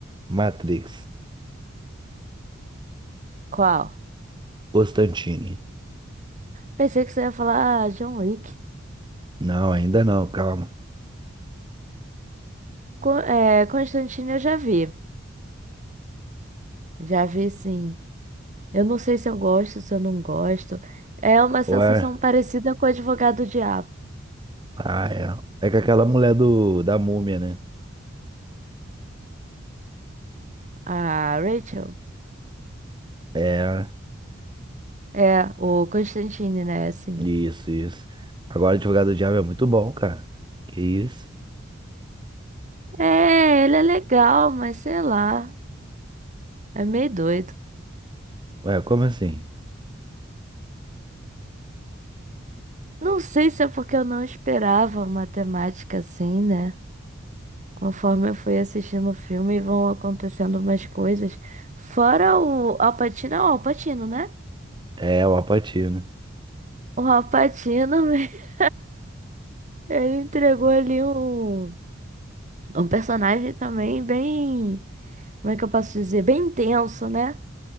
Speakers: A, on the right (about 25°); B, on the right (about 40°).
A: Matrix,
B: qual?
A: Constantine.
B: Pensei que você ia falar ah, John Wick.
A: Não, ainda não, calma.
B: Co- é, Constantine eu já vi. Já vi sim. Eu não sei se eu gosto, se eu não gosto. É uma sensação
A: Ou é?
B: parecida com o advogado diabo.
A: Ah, é. É com aquela mulher do, da múmia, né?
B: A Rachel?
A: É,
B: É, o Constantine, né? Assim.
A: isso, isso. Agora, Advogado do Diabo é muito bom, cara. Que isso?
B: É, ele é legal, mas sei lá. É meio doido.
A: Ué, como assim?
B: Não sei se é porque eu não esperava uma temática assim, né? Conforme eu fui assistindo o filme, vão acontecendo umas coisas. Fora o Al Pacino, é o Al Pacino, né?
A: É, é o Al Pacino.
B: O Al Pacino, <laughs> ele entregou ali um. Um personagem também bem, como é que eu posso dizer? Bem intenso, né?